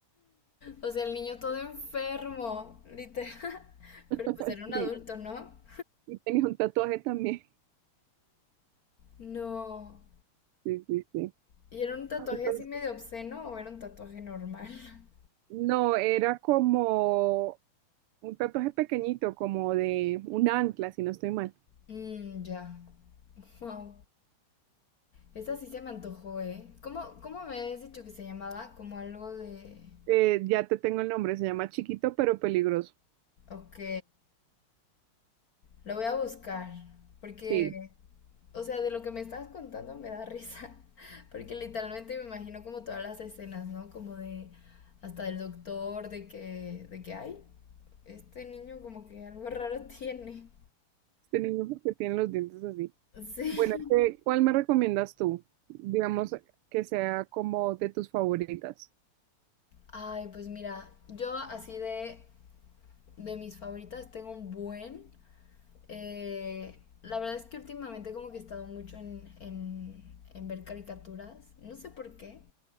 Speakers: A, on the left; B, on the right.
A: O sea, el niño todo enfermo, literal. <laughs>
B: <laughs>
A: Pero pues era un
B: sí.
A: adulto, ¿no?
B: Y tenía un tatuaje también.
A: No.
B: Sí, sí, sí.
A: ¿Y era un tatuaje
B: Entonces,
A: así medio obsceno o era un tatuaje normal? <laughs>
B: no, era como un tatuaje pequeñito, como de un ancla, si no estoy mal.
A: Mmm, ya. Wow. Esa sí se me antojó, ¿eh? ¿Cómo, cómo me habías dicho que se llamaba? Como algo de...
B: Eh, ya te tengo el nombre, se llama Chiquito pero peligroso.
A: Ok. Lo voy a buscar, porque,
B: Sí,
A: o sea, de lo que me estabas contando me da risa, <laughs> porque literalmente me imagino como todas las escenas, ¿no? Como de hasta del doctor, de que, de que, ay, este niño como que algo <laughs> raro tiene.
B: este niño porque tiene los dientes así.
A: Sí.
B: Bueno, ¿qué- cuál me recomiendas tú? Digamos que sea como de tus favoritas.
A: Ay, pues mira, yo así de de mis favoritas, tengo un buen. Eh, la verdad es que últimamente como que he estado mucho en, en, en ver caricaturas, no sé por qué,